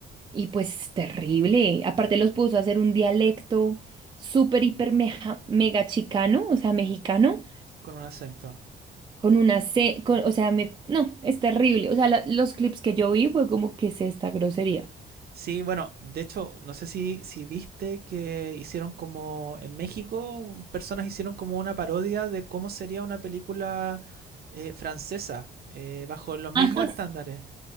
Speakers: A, on the right; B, on the right.
A: Y pues terrible. Aparte los puso a hacer un dialecto súper, hiper, meja- mega chicano, o sea, mexicano,
B: con un acento.
A: con una C, con, o sea, me, no, es terrible. O sea, la- los clips que yo vi fue como, que es esta grosería?
B: Sí, bueno, de hecho, no sé si, si viste que hicieron como en México, personas hicieron como una parodia de cómo sería una película eh, francesa, eh, bajo los mismos
A: Ajá.
B: estándares.